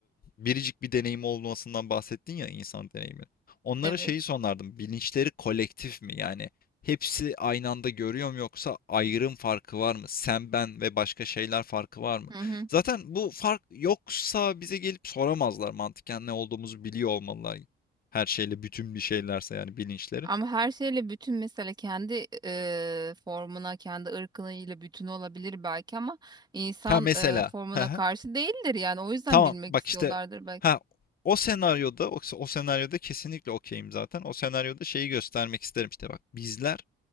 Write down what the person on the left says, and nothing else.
biricik bir deneyimi olmasından bahsettin ya insan deneyimi. Onlara
şeyi sorardım. Bilinçleri kolektif mi? Yani hepsi aynı anda görüyor mu yoksa ayrım farkı var mı? Sen, ben ve başka şeyler farkı var mı?
Zaten bu fark yoksa bize gelip soramazlar mantıken ne olduğumuzu biliyor olmalılar. Her şeyle bütün bir şeylerse yani bilinçleri.
Ha mesela.
<laughs>
Tamam
bak
işte
ha o senaryoda o, o senaryoda kesinlikle okeyim zaten. O senaryoda şeyi göstermek isterim işte bak bizler